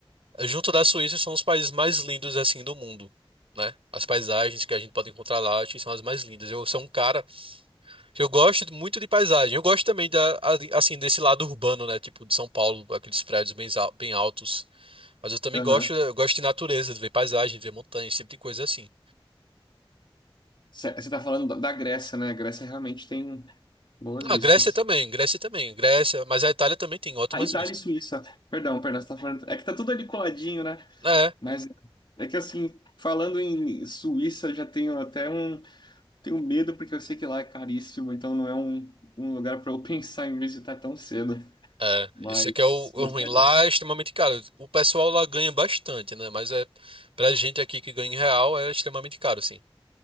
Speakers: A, on the right; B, on the left.
A: junto da Suíça, são os países mais lindos, assim, do mundo, né? As paisagens que a gente pode encontrar lá, acho que são as mais lindas. Eu sou um cara. Eu gosto muito de paisagem. Eu gosto também da, ali- assim, desse lado urbano, né? Tipo de São Paulo, aqueles prédios bem, al- bem altos. Mas eu também
B: Aham.
A: gosto, eu gosto de natureza, de ver paisagem, de ver montanhas, esse tipo de coisa assim.
B: Você está falando da da Grécia, né? A Grécia realmente tem boas
A: Ah,
B: vistas.
A: Grécia também, Grécia também, Grécia, mas a Itália também tem ótimas
B: Ah, Itália
A: vistas.
B: e Suíça. Perdão, perdão, você tá falando. É que tá tudo ali coladinho, né?
A: É,
B: Mas é que assim, falando em Suíça, eu já tenho até um. Tenho medo, porque eu sei que lá é caríssimo, então não é um, um lugar para eu <laughs> pensar em visitar tão cedo.
A: é.
B: Mas
A: Esse aqui é o, o
B: gostaria.
A: ruim. Lá é extremamente caro. O pessoal lá ganha bastante, né? Mas é pra gente aqui que ganha em real é extremamente caro, sim.